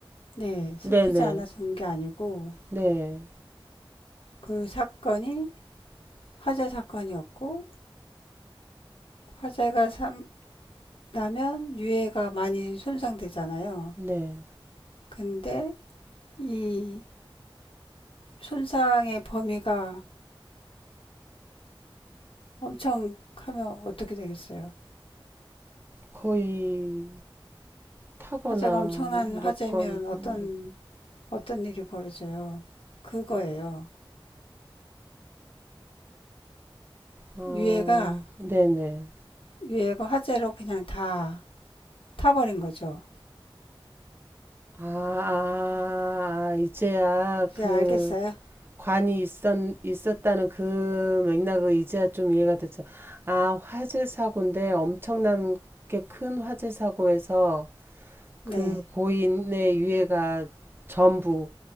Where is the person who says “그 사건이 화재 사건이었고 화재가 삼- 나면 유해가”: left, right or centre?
Left